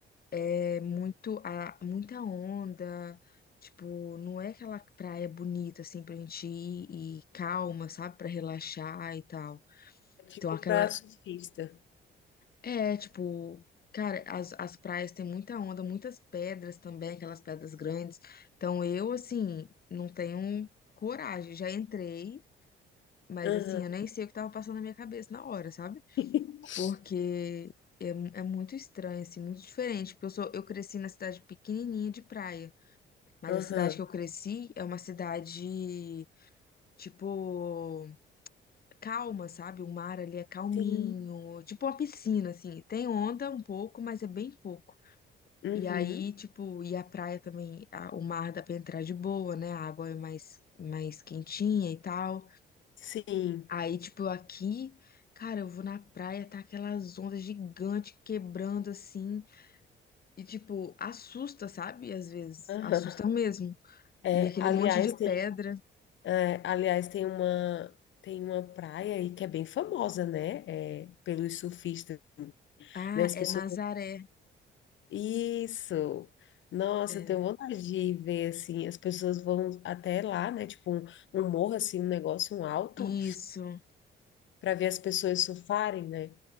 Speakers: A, on the left; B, on the left.
A: é muito, a, muita onda. Tipo, não é aquela praia bonita, assim, pra gente ir e calma, sabe? Pra relaxar e tal.
B: É tipo
A: Então, aquela,
B: pra surfista.
A: É, tipo, cara, as, as praias têm muita onda, muitas pedras também, aquelas pedras grandes. Então eu, assim, não tenho coragem. Já entrei, mas
B: Aham.
A: assim, eu nem sei o que tava passando na minha cabeça na hora, sabe?
B: <laughs>
A: Porque é, mu- é muito estranho, assim, muito diferente. Porque eu sou, eu cresci na cidade pequenininha de praia, mas
B: Aham.
A: a cidade que eu cresci é uma cidade, tipo, calma, sabe? O mar ali é calminho,
B: Sim.
A: tipo uma piscina, assim. Tem onda um pouco, mas é bem pouco.
B: Uhum.
A: E aí, tipo, e a praia também, a- o mar dá pra entrar de boa, né? A água é mais, mais quentinha e tal.
B: Sim.
A: Aí, tipo, aqui, cara, eu vou na praia, tá aquelas ondas gigantes quebrando assim. E, tipo, assusta, sabe? Às vezes,
B: Aham.
A: assusta mesmo.
B: É,
A: E aquele
B: aliás,
A: monte de
B: tem,
A: pedra.
B: é, aliás, tem uma tem uma praia aí que é bem famosa, né? É, pelos surfistas,
A: Ah,
B: né? As
A: é
B: pessoas
A: Nazaré.
B: Isso. Nossa,
A: É,
B: eu tenho vontade de ver, assim, as pessoas vão até lá, né? Tipo, um, um morro, assim, um negócio, um alto,
A: isso.
B: para ver as pessoas surfarem, né?